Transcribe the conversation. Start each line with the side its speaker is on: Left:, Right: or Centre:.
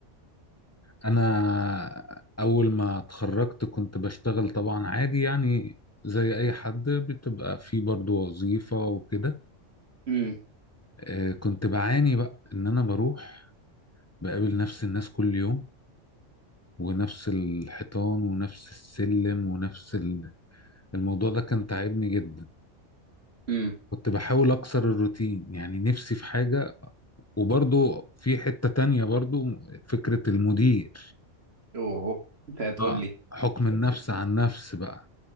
Left: انا اول ما اتخرجت كنت بشتغل طبعا عادي يعني زي اي حد بتبقى في برضو وظيفة وكده
Right: امم
Left: آه، كنت بعاني بقى ان انا بروح بقابل نفس الناس كل يوم ونفس الحيطان ونفس السلم ونفس ال... الموضوع ده كان تعبني جدا
Right: امم
Left: كنت بحاول اكسر الروتين يعني نفسي في حاجة وبرضو في حتة تانية برضو فكرة المدير
Right: اوه انت هتقول
Left: اه
Right: لي
Left: حكم النفس عن نفس بقى